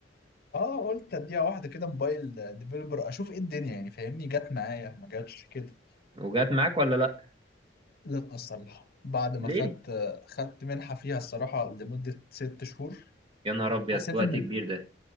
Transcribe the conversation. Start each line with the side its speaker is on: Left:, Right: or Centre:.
Left: اه قلت اديها واحده كده موبايل ديفلوبر اشوف ايه الدنيا يعني فاهمني جت معايا ما جاتش كده
Right: وجات معاك ولا لا
Left: لا الصراحه بعد ما
Right: ليه
Left: خدت خدت منحه فيها الصراحه لمده ست شهور
Right: يا نهار ابيض
Left: حسيت
Right: وقت
Left: ان
Right: كبير ده